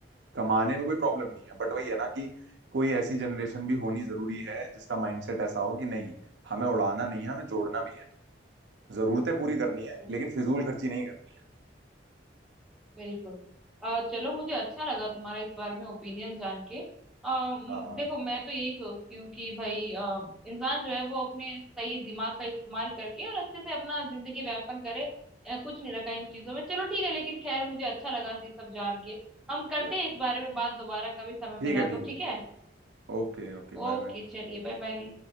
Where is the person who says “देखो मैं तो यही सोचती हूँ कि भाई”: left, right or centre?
Centre